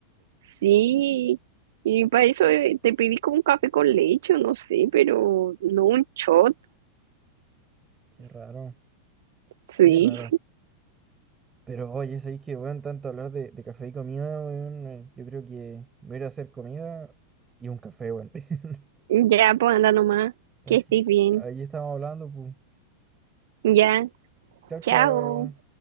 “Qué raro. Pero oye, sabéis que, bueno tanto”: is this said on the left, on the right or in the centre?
Right